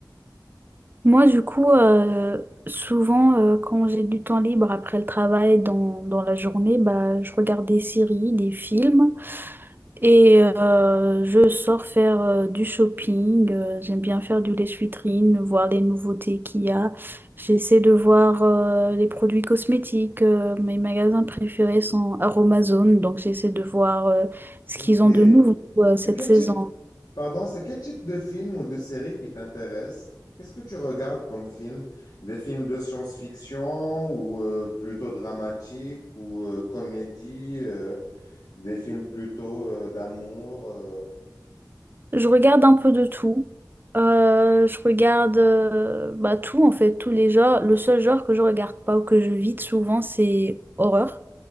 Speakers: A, on the right (about 30°); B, on the left (about 60°).
A: Moi, du coup, euh, souvent, euh, quand j'ai du temps libre après le travail dans, dans la journée, bah, je regarde des séries, des films et euh, je sors faire euh, du shopping. Euh, j'aime bien faire du lèche-vitrine, voir les nouveautés qu'il y a. J'essaie de voir euh, les produits cosmétiques. Euh, mes magasins préférés sont Aromazone, donc j'essaie de voir euh, ce
B: Ok.
A: qu'ils ont de nouveau euh, cette
B: De quel
A: saison.
B: type, Pardon, c'est quel type de film ou de série qui t'intéresse? Qu'est-ce que tu regardes comme film? Des films de science-fiction ou euh, plutôt dramatiques ou euh, comédie, euh, des films plutôt euh, d'amour. euh,
A: Je regarde un peu de tout. Euh, je regarde euh, bah, tout, en fait, tous les genres. Le seul genre que je regarde pas ou que je vide souvent, c'est horreur.